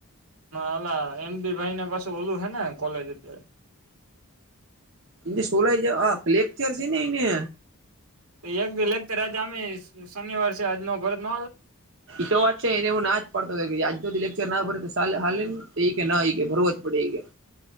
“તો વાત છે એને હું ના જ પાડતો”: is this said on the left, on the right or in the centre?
Right